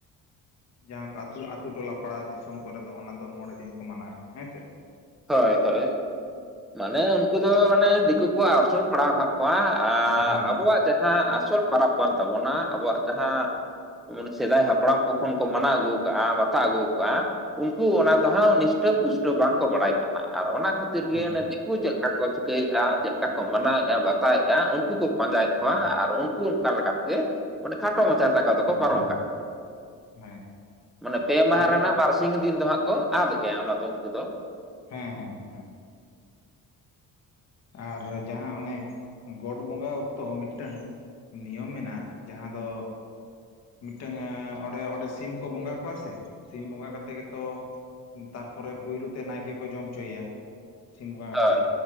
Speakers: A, on the left; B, in the centre.
A: ᱡᱟᱦᱟᱸ ᱠᱚ ᱟᱹᱛᱩ ᱟᱛᱩ ᱴᱚᱞᱟ ᱯᱟᱲᱟ ᱫᱤᱥᱚᱢ ᱠᱚᱨᱮ ᱫᱚ ᱚᱱᱟ ᱫᱚ ᱢᱚᱬᱮ ᱫᱤᱱ ᱠᱚ ᱢᱟᱱᱟᱣᱮᱜᱼᱟ ᱦᱮᱸᱥᱮ?
B: ᱦᱳᱭ ᱦᱳᱭ ᱢᱟᱱᱮ ᱩᱱᱠᱩ ᱫᱚ ᱚᱱᱮ ᱫᱤᱠᱩ ᱠᱚᱣᱟᱜ ᱥᱚᱝ ᱯᱟᱲᱦᱟᱣ ᱠᱟᱜ ᱚᱣᱟ ᱟᱨ
A: ᱦᱮᱸ
B: ᱟᱵᱚᱣᱟᱜ ᱡᱟᱦᱟᱸ ᱟᱥᱚᱞ ᱯᱟᱨᱟᱵᱽ ᱠᱟᱱ ᱛᱟᱵᱚᱱᱟ ᱟᱵᱚᱣᱟᱜ ᱡᱟᱦᱟᱸ ᱢᱟᱱᱮ ᱥᱮᱫᱟᱭ ᱦᱟᱯᱲᱟᱢ ᱠᱚ ᱠᱷᱚᱱ ᱠᱚ ᱢᱟᱱᱟᱣ ᱟᱹᱜᱩ ᱠᱟᱜᱼᱟ ᱵᱟᱛᱟᱣ ᱟᱹᱜᱩ ᱠᱟᱜᱼᱟ, ᱩᱱᱠᱩ ᱚᱱᱟ ᱫᱚ ᱦᱟᱸ ᱱᱤᱥᱴᱟᱹᱣ ᱯᱩᱥᱴᱟᱹᱣ ᱵᱟᱝᱠᱚ ᱵᱟᱲᱟᱭ ᱠᱟᱱᱟ ᱟᱨ ᱚᱱᱟ ᱠᱷᱟᱹᱛᱤᱨ
A: ᱦᱮᱸ
B: ᱜᱮ ᱩᱱᱠᱩ ᱪᱮᱫ ᱞᱮᱠᱟ ᱠᱚ ᱪᱤᱠᱟᱹᱭᱮᱫᱼᱟ ᱪᱮᱫ ᱞᱮᱠᱟ ᱠᱚ ᱢᱟᱱᱟᱣᱮᱫᱼᱟ ᱵᱟᱛᱟᱣᱮᱫᱼᱟ ᱩᱱᱠᱩ ᱠᱚ ᱯᱟᱸᱡᱟᱭᱮᱫ
A: ᱦᱮᱸ
B: ᱠᱚᱣᱟ
A: ᱦᱮᱸ
B: ᱟᱨ ᱩᱱᱠᱼᱼ ᱩᱱᱠᱟ ᱞᱮᱠᱟ᱾ ᱜᱮ ᱢᱟᱱᱮ ᱠᱷᱟᱴᱚ ᱢᱟᱪᱷᱟ ᱛᱟᱠᱚ ᱫᱚᱠᱚ
A: ᱦᱮᱸ
B: ᱯᱟᱨᱚᱢ ᱠᱟᱜ ᱠᱟᱱᱟ
A: ᱦᱮᱸ
B: ᱢᱟᱱᱮ ᱯᱮ ᱢᱟᱦᱟ
A: ᱟᱨ ᱢᱤᱫ
B: ᱨᱮᱱᱟᱝ ᱵᱟᱨᱥᱤ ᱫᱤᱱ ᱫᱚ ᱦᱟᱸᱜ ᱠᱚ ᱟᱫᱮᱜᱼᱟ ᱚᱱᱟ ᱫᱚ ᱩᱱᱠᱩ ᱫᱚ᱾
A: ᱦᱮᱸ ᱦᱮᱸ᱾ ᱟᱨ ᱡᱟᱦᱟᱸ ᱚᱱᱮ ᱜᱚᱰ ᱵᱚᱸᱜᱟ ᱚᱠᱛᱚ ᱢᱤᱫᱴᱟᱝ ᱱᱤᱭᱚᱢ ᱢᱮᱱᱟᱜᱼᱟ ᱡᱟᱦᱟᱸ ᱫᱚ ᱢᱤᱫᱴᱟᱝ ᱚᱸᱰᱮ ᱚᱸᱰᱮ ᱥᱤᱢ ᱠᱚ ᱵᱚᱸᱜᱟ ᱠᱚᱣᱟ ᱥᱮ ᱥᱤᱢ ᱵᱚᱸᱜᱟ ᱠᱟᱛᱮᱜ ᱜᱮᱛᱚ, ᱛᱟᱨᱯᱚᱨᱮ ᱯᱩᱭᱞᱩ ᱛᱮ ᱱᱟᱭᱠᱮ ᱠᱚ ᱡᱚᱢ ᱚᱪᱚᱭᱮᱭᱟ ᱥᱤᱢ ᱵᱚᱸᱜᱟ
B: ᱦᱳᱭ
A: ᱠᱟᱛᱮᱜ